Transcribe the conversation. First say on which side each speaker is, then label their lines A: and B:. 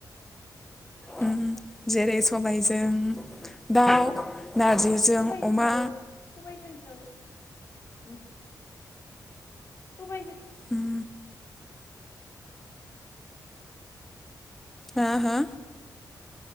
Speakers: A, in the centre; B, on the left.
A: उम
B: आथसा
A: जेरै सबायजों दाउ नारजिजों
B: सबायजों
A: अमा
B: दाउ सबायजों दाउ उम सबायजों
A: उम हा हा